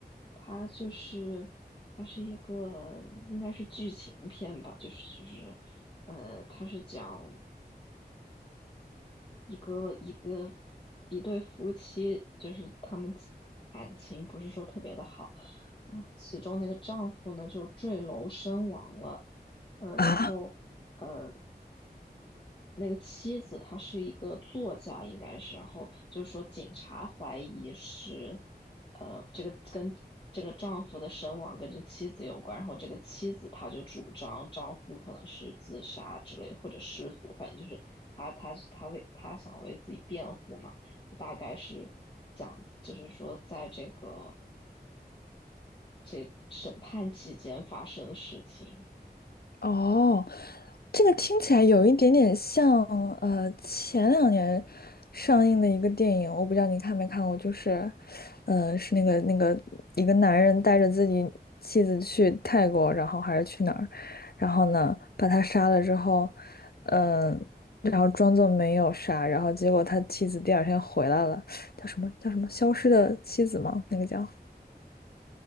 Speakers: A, on the left (about 30°); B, on the left (about 65°).
A: 它就是它是一个应该是剧情片吧，就是就是，呃，它是讲一个一个一对夫妻，就是他们其感情不是说特别的好，然后其中那个丈夫呢就坠楼身亡了，呃，
B: 啊，
A: 然后呃那个妻子她是一个作家，应该是，然后就是说警察怀疑是，呃，这个跟这个丈夫的身亡跟这妻子有关，然后这个妻子她就主张丈夫可能是自杀之类或者失足，反正就是她她她为她想为自己辩护嘛，大概是讲就是说在这个这审判期间发生的事情，
B: 哦，这个听起来有一点点像，呃，前两年上映的一个电影，我不知道你看没看过，就是，呃，是那个那个一个男人带着自己妻子去泰国，然后还是去哪儿，然后呢把他杀了之后，嗯、然后装作没有杀，然后结果他妻子第二天回来了，叫什么叫什么消失的妻子吗？那个叫，